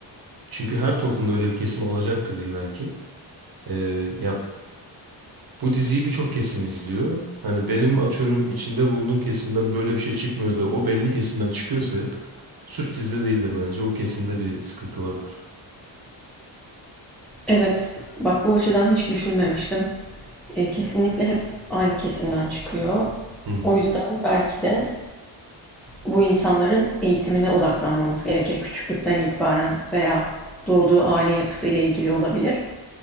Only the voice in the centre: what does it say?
Evet, bak bu açıdan hiç düşünmemiştim. E, kesinlikle hep aynı kesimden çıkıyor.
O yüzden belki de bu insanların eğitimine odaklanmamız gerekir küçüklükten itibaren veya doğduğu aile yapısıyla ilgili olabilir.